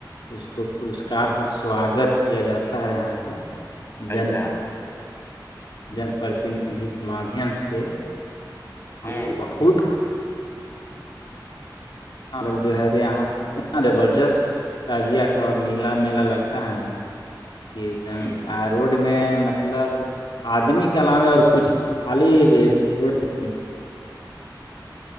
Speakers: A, on the left (about 85°); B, on the left (about 35°).
A: اس کو پسکار سے سواگت کیا جاتا ہے یہاں پہ جن
B: اچھا
A: جن پرتیندھی کے مادھیم سے
B: ہوں
A: ا بہت ب جو ہے یہ اتنا زبردست تجیہ کا میلا میلا لگتا ہے نا کہ ایک دم
B: ہ
A: روڈ میں مطلب آدمی کے علاوے اور کچھ نہیں خالی روڈ م